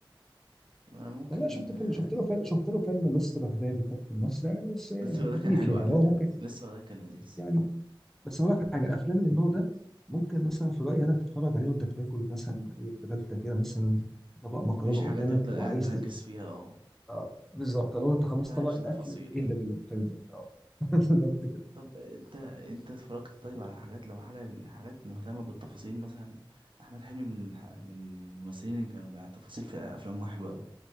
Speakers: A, on the right; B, in the centre.
A: انا ممكن
B: والله شفت فيلم
A: آه،
B: شفت له فيلم شفت له فيلم لص بغداد وكابتن مصر يعني بس إيه،
A: لسه ده
B: خفيف
A: كان حلو
B: يعني
A: على
B: اللي
A: فكره
B: هو ممكن
A: لسه ده كان لذيذ
B: يعني بس اقول لك حاجه الافلام اللي من النوع ده ممكن مثلا في رايي انا تتفرج عليه وانت بتاكل مثلا ايه بتتغدى كده مثلا طبق مكرونه
A: مفيش حاجة
B: قدامك
A: تفضل
B: وعايز
A: قاعد مركز فيها اه
B: اه بالظبط لو انت خلصت
A: مفيهاش
B: طبق الاكل
A: تفاصيل
B: اقلب الفيلم يعني اه <laughs> بالظبط كده
A: طب انت انت اتفرجت طيب على حاجات لو حاجة حاجات مهتمة بالتفاصيل مثلا احمد حلمي من الح- من الممثلين اللي كانوا بيع تفاصيل في افلامه حلوة اوي